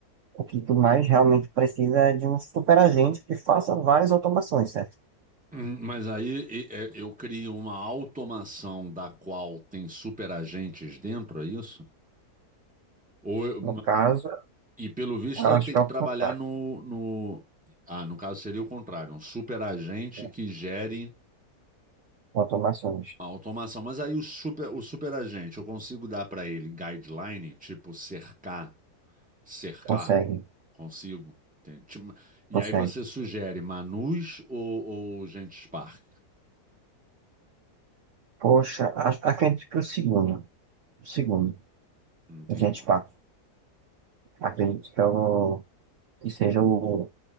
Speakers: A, on the right (about 60°); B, in the centre.
A: o que tu mais realmente precisa é de um superagente que faça várias automações, certo?
B: Hum, Mas aí é, eu crio uma automação da qual tem superagentes dentro, é isso? Ou eu-
A: No caso,
B: E pelo visto
A: eu
B: eu
A: acho
B: tenho
A: que
B: que
A: é o
B: trabalhar
A: contrário,
B: no, no... Ah, no caso seria o contrário, um super agente
A: né?
B: que gere
A: Automações.
B: a automação. Mas aí o super, o super agente, eu consigo dar para ele guideline, tipo cercar, cercar,
A: Consegue,
B: consigo. Tem- tipo, E
A: consegue.
B: aí você sugere Manus ou, ou gente Spark?
A: Poxa, acho- acredito que o segundo, o segundo,
B: Entende?
A: a gente pá, acredito que, eu, que seja o,